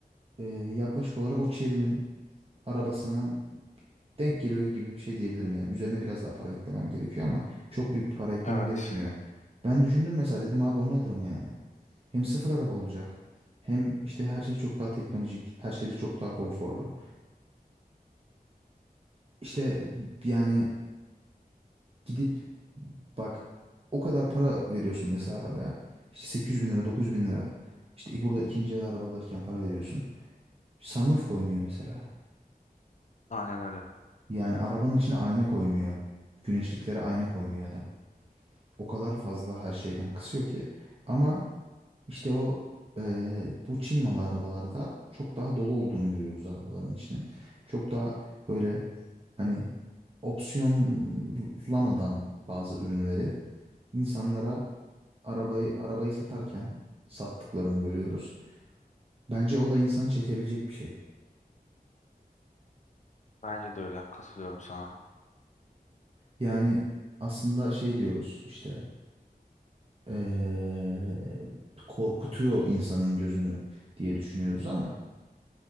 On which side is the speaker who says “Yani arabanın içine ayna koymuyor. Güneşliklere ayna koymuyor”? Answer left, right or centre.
Right